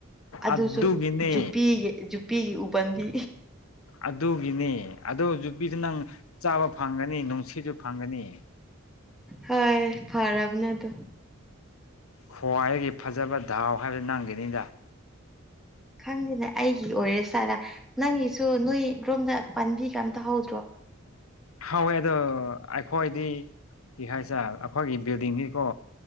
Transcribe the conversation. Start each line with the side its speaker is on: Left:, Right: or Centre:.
Centre: ꯑꯗꯨꯁꯨ
Left: ꯑꯗꯨꯒꯤꯅꯦ
Centre: ꯄꯤꯒꯤ ꯖꯨꯄꯤꯒꯤ ꯎꯕꯟꯗꯤ
Left: ꯑꯗꯨꯒꯤꯅꯤ ꯑꯗꯨ ꯌꯨꯄꯤꯗꯨ ꯅꯪ ꯆꯥꯕ ꯐꯪꯒꯅꯤ ꯅꯨꯡꯁꯤꯠꯁꯨ ꯐꯪꯒꯅꯤ
Centre: ꯍꯣꯏ ꯐꯔꯕꯅꯦꯗ
Left: ꯈ꯭ꯋꯥꯏꯒꯤ ꯐꯖꯕ ꯗꯥꯎ ꯍꯥꯏꯕ ꯅꯪꯈꯤꯅꯤꯗ
Centre: ꯈꯪꯗꯦꯅꯦ ꯑꯩꯒꯤ ꯑꯣꯏꯔꯁꯤ ꯆꯔ ꯅꯪꯒꯤꯁꯨ ꯅꯣꯏ ꯔꯣꯝꯗ ꯄꯥꯕꯤꯒ ꯑꯝꯇ ꯍꯧꯗ꯭ꯔꯣ
Left: ꯍꯋꯦ ꯑꯗꯣ ꯑꯩꯈꯣꯏꯗꯤ ꯀ ꯍꯥꯏꯁꯦ ꯑꯩꯈꯣꯏꯒꯤ ꯕꯤꯜꯗꯤꯡꯒꯤꯀꯣ